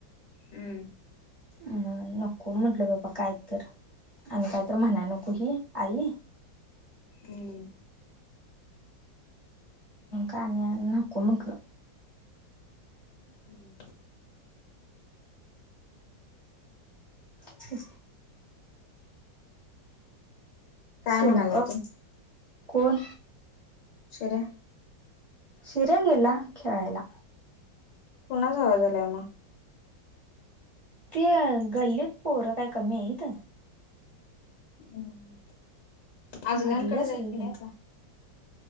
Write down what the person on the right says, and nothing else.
अ नको म्हंटलं बाबा काय तर, आणि काय तर म्हणाय नको ही आई.
का नाको म्हटलो
ह
तेला
का?
कोण?
शिऱ्या गेला खेळायला.
ते गल्लीत पोरं काय कमी आहेेत.
भरल्या सगळी